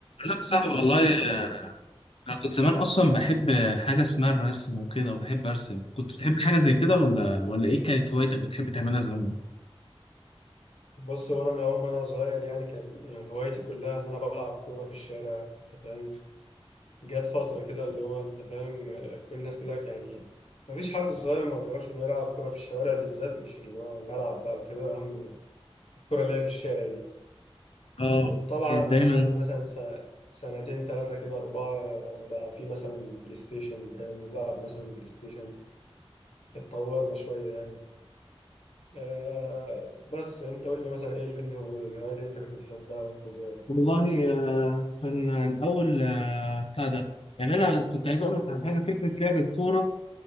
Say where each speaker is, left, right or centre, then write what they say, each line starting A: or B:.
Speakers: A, on the left (about 65°); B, on the left (about 85°).
A: لا يا صاحبي والله آه، انا كنت زمان اصلا بحب آه، حاجه اسمها الرسم وكده وبحب ارسم كنت بتحب حاجه زي كده ولا ولا ايه كانت هوايتك بتحب تعملها زمان
B: بص هو انا من اول ما انا صغير يعني كان هوايتي كلها ان انا بلعب كوره في الشارع انت فاهم جت فتره كده اللي هو انت فاهم آه، كل الناس كلها يعني ما فيش حد صغير ما جربش انه يلعب كوره في الشوارع بالذات مش اللي هو ملعب بقى وكده اهم الكوره اللي هي في الشارع دي
A: اه
B: وطبعا
A: كانت دايما
B: بعد مثلا س- سنتين ثلاثه كده اربعه بقى في مثلا بلاي ستيشن يعني بنلعب مثلا بلاي ستيشن اتطورنا شويه يعني آه بس انت قول لي مثلا ايه الهو- الهوايات اللي انت كنت بتحبها وانت صغير
A: والله آه، كان الاول آه، بتاع ده يعني انا كنت عايز اقول لك على حاجه فكره لعب الكوره